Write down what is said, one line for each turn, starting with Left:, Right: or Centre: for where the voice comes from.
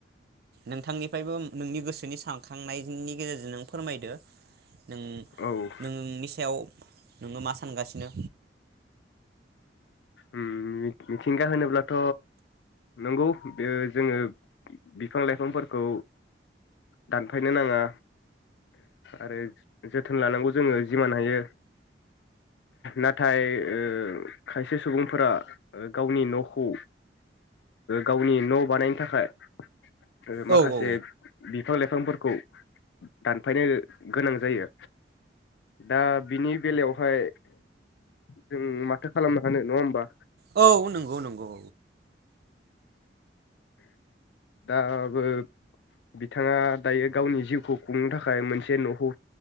Right: नोंथांनिफ्रायबो नोंनि गोसोनि सानखांनायनि गेजेरजों नों फोरमायदो नों
Left: ओ औ
Right: नोंनि सायाव नोङो मा सानगासिनो
Left: उम मिथिंगा होनोब्लाथ नंगौ बे जोङो बिफां लाइफांफोरखौ दानफायनो नाङा आरो जोथोन लानांगौ जोङो जिमान हायो नाथाय ओ खायसे सुबुंफोरा गावनि न'खौ गावनि न'बानायनो थाखाय आरो माखासे
Right: औ औ
Left: बि बिफां लाइफांफोरखौ दानफायनो गोनां जायो दा बिनि बेलायावहाय जों माथो खालामनो हानो नङा होमबा
Right: औ औ नंगौ नंगौ
Left: दा बो बिथाङा दायो गावनि जिउखौ खुंनो थाखाय मोनसे न'खौ